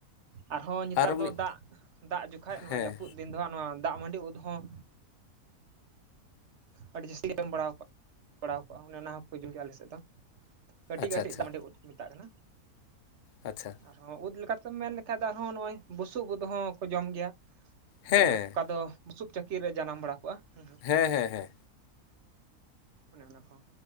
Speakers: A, on the right; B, on the left.
A: ᱟᱨᱦᱚᱸ ᱱᱮᱛᱟᱨ
B: ᱟᱨᱚ
A: ᱫᱚ
B: ᱢᱤᱫ
A: ᱫᱟᱜᱽ ᱫᱟᱜᱽ ᱡᱚᱠᱷᱟᱡ ᱱᱚᱣᱟ
B: ᱦᱮᱸ
A: ᱡᱟᱹᱯᱩᱫ ᱫᱤᱱ ᱫᱚ ᱦᱟᱸᱜ ᱱᱚᱣᱟ ᱫᱟᱜᱽ ᱢᱟᱹᱰᱤ ᱩᱫᱽ ᱦᱚᱸ ᱟᱹᱰᱤ ᱡᱟᱹᱥᱛᱤ ᱜᱮ ᱡᱚᱢ ᱵᱟᱲᱟᱣ ᱠᱟᱜ ᱵᱟᱲᱟᱣ ᱠᱚᱜᱼᱟ᱾ ᱚᱱᱮ ᱚᱱᱟ ᱦᱚᱸᱠᱚ ᱡᱚᱢ ᱜᱮᱭᱟ ᱟᱞᱮ ᱥᱮᱫ ᱫᱚ᱾ ᱠᱟᱹᱴᱤᱡ
B: ᱟᱪᱪᱷᱟ
A: ᱠᱟᱹᱴᱤᱡ
B: ᱟᱪᱪᱷᱟ
A: ᱫᱟᱜᱢᱟᱸᱰᱤ ᱩᱫᱽ ᱠᱚ ᱢᱮᱛᱟᱜ ᱠᱟᱱᱟ᱾
B: ᱟᱪᱷᱟ
A: ᱟᱨᱦᱚᱸ ᱩᱫ ᱞᱮᱠᱟᱛᱮᱢ ᱢᱮᱱ ᱞᱮᱠᱷᱟᱱ ᱫᱚ ᱟᱨᱦᱚᱸ ᱱᱚᱜᱼᱚᱭ ᱵᱩᱥᱩᱵ ᱩᱫ ᱦᱚᱸ ᱠᱚ ᱡᱚᱢ ᱜᱮᱭᱟ ᱢᱟᱱᱮ
B: ᱦᱮᱸ
A: ᱚᱠᱟ ᱫᱚ ᱵᱩᱥᱩᱵ ᱪᱟᱹᱠᱤ ᱨᱮ ᱡᱟᱱᱟᱢ ᱵᱟᱲᱟ ᱠᱚᱜᱼᱟ ᱦᱮᱸ
B: ᱦᱮᱸ ᱦᱮᱸ ᱦᱮᱸ
A: ᱚᱱᱮ ᱚᱱᱟ ᱠᱚ